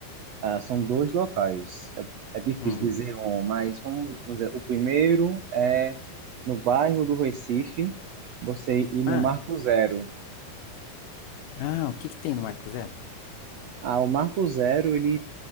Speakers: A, on the right; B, on the left.
A: Ah, são dois locais. É, é difícil
B: Hum.
A: dizer um, mas vamos dizer, o primeiro é no bairro do Recife, você ir no
B: Ah,
A: Marco Zero.
B: ah, o que que tem no Marco Zero?
A: Ah, o Marco Zero, ele